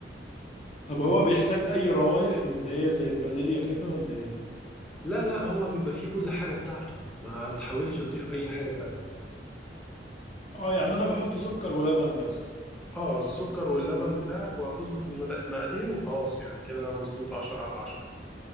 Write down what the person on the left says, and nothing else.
طب هو بيحتاج اي روايح من اللي هي زي الفانيليا كده ولا ايه
اه يعني انا بحط سكر ولبن بس